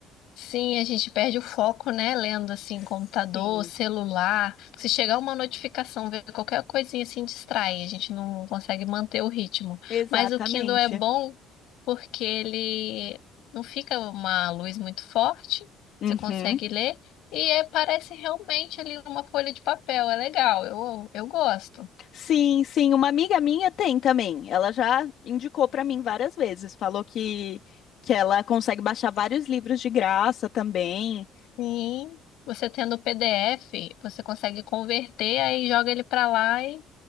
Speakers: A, on the left; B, on the left.
A: Sim, a gente perde o foco, né? Lendo assim,
B: Sim.
A: computador, celular. Se chegar uma notificação, ver qualquer coisinha assim distrai, a gente não consegue manter o ritmo.
B: Exatamente.
A: Mas o Kindle é bom porque ele não fica uma luz muito forte,
B: Uhum.
A: você consegue ler e é- parece realmente ali uma folha de papel. É legal, eu, eu gosto.
B: Sim, sim, uma amiga minha tem também. Ela já indicou para mim várias vezes, falou que que ela consegue baixar vários livros de graça também.
A: Sim. Você tendo o PDF, você consegue converter, aí joga ele pra lá e